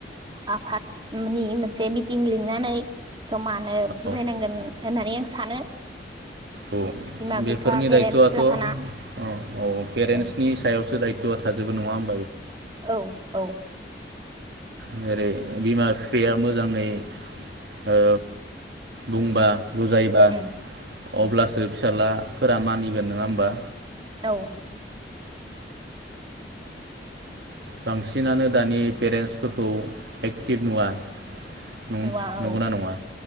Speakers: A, on the right (about 25°); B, on the right (about 70°).
A: आफादनि मोनसे मिटिं लिंनानै समा ओ बुजायनांगोन।
B: औ
A: होननानै आं सानो।
B: औ
A: बिमा
B: बेफोरनि
A: बिफा पेरेन्टस
B: दायथ आथ
A: लाफाना
B: औ औ पेरेन्टसनि
A: औ
B: सायावसो दायथआथ थाजोबो नङा होम
A: औ औ।
B: जेरै बिमा बिफाया मोजाङै ओ बुंबा बुजायबा
A: उम उम
B: अब्लासो फिसाज्लाफोरा मानिगोन नङा होमबा?
A: औ
B: बांसिनानो दानि पेरेन्टसफोरख खौ एक्टिभ नुवा नं-नंगौना
A: नुवा औ
B: नङा